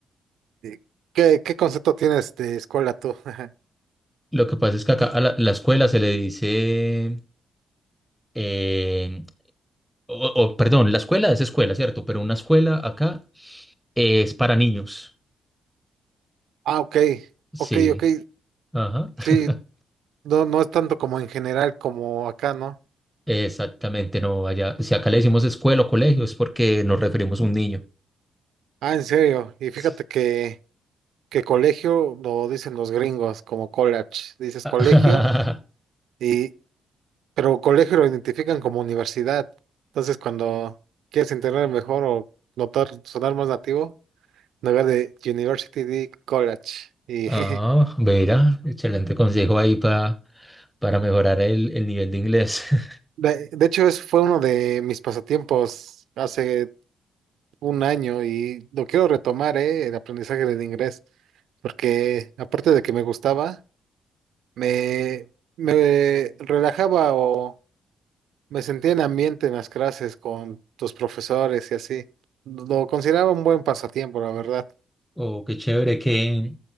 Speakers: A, on the right; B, in the centre.
A: Eh, ¿Qué, qué concepto tienes de escuela tú? <laughs>
B: Lo que pasa es que acá a la, la escuela se le dice, eh, o, o, perdón, la escuela es escuela, ¿cierto? Pero una escuela acá es para niños.
A: Ah, ok,
B: Sí,
A: ok, ok,
B: ajá. <laughs>
A: sí, no, no es tanto como en general como acá, ¿no?
B: Exactamente, no, allá, si acá le decimos escuela o colegio es porque nos referimos a un niño.
A: Ah, en serio, y fíjate
B: Sí.
A: que, que colegio lo dicen los gringos como college, dices
B: <laughs>
A: colegio, y, pero colegio lo identifican como universidad. Entonces, cuando quieres entender mejor o notar, sonar más nativo, en lugar de university, di college, y
B: Ah,
A: <laughs>
B: verá, excelente consejo ahí pa- para mejorar el, el nivel de inglés. <laughs>
A: De, de hecho, es, fue uno de mis pasatiempos hace un año y lo quiero retomar, ¿eh? El aprendizaje del inglés, porque aparte de que me gustaba, me, me relajaba o me sentía en ambiente en las clases con tus profesores y así. Lo consideraba un buen pasatiempo, la verdad.
B: Oh, qué chévere, ¿qué,